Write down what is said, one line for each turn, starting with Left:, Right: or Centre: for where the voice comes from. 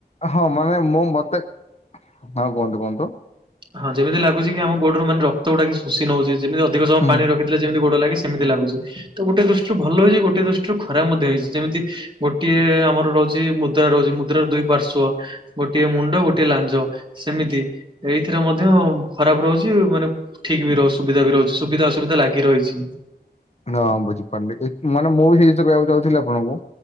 Left: ହଁ ମାନେ ମୁଁ ମତେ ହଁ କୁହନ୍ତୁ- କୁହନ୍ତୁ।
Right: ହଁ ଯେମିତି ଲାଗୁଚି କି ଆମ ଗୋଡରୁ ମାନେ ରକ୍ତ ଗୁଡା କିଏ ଶୋଷି ନଉଚି ଯେମିତି ଅଧିକ ସମୟ
Left: ହୁଁ
Right: ପାଣିରେ ରଖିଥିଲେ ଯେମିତି ଗୋଡ ଲାଗେ ସେ ସେମିତି ଲାଗୁଚି ତ ଗୋଟେ ଦୃଷ୍ଟିରୁ ଭଲ ହେଇଚି ଗୋଟେ ଦୃଷ୍ଟିରୁ ଖରାପ ମଧ୍ୟ ହେଇଚି ଯେମିତି ଗୋଟିଏ ଆମର ରହୁଚି ମୁଦ୍ରା ରହୁଚି ମୁଦ୍ରାର ଦୁଇ ପାର୍ଶ୍ଵ ଗୋଟିଏ ମୁଣ୍ଡ ଗୋଟିଏ ଲାଞ୍ଜ ସେମିତି ଏଇଥିରେ ମଧ୍ୟ ଖରାପ୍ ରହୁଚି ମାନେ ଠିକ୍ ବି ରହୁଚି ସୁବିଧା ବି ରହୁଚି ସୁବିଧା ଅସୁବିଧା ଲାଗି ରହିଚି।
Left: ହଁ ବୁଝିପାରିଲି ମାନେ ମୁଁ ବି ସେଇ ଜିନିଷ କହିବାକୁ ଚାହୁଁଥିଲି ଆପଣଙ୍କୁ